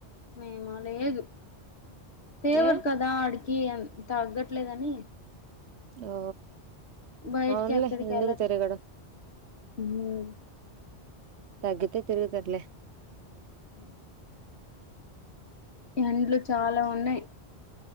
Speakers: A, on the left; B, on the right.
A: మేమ లేదు దేవుడు
B: ఏ
A: కదా అడి కి ఎం తగ్గట్లేదని
B: ఓ
A: బయటికి
B: అవునులే
A: అక్కడికి
B: ఎందుకు
A: వెళ్ళట్లే
B: తిరగడం
A: మ్మ్.
B: తగ్గితే తిరుగుతర్లే
A: ఉమ్ ఎండ్లు చాలా ఉన్నాయి